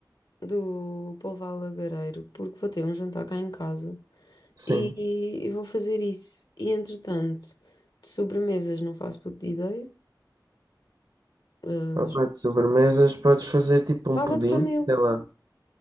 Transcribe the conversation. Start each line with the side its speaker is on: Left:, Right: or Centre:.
Left: do polvo lagareiro, porque vou ter um jantar cá em casa
Right: Sim.
Left: e, e vou fazer isso. E entretanto, de sobremesas não faço puta de ideia. Ah,
Right: Opa, de sobremesas podes fazer tipo um
Left: baba
Right: pudim,
Left: de camelo.
Right: sei lá.